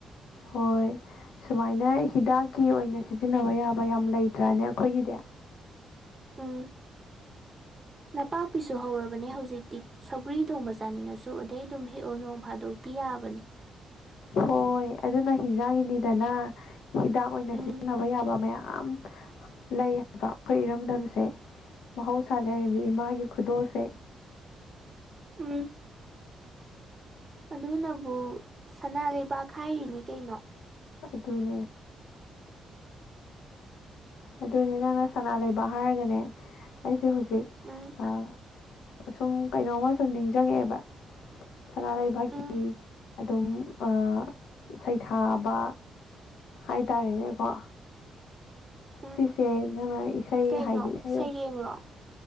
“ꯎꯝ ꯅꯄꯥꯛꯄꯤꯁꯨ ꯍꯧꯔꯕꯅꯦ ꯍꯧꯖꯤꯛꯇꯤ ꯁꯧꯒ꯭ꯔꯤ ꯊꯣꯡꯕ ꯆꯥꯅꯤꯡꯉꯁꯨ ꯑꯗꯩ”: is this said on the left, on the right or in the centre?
Right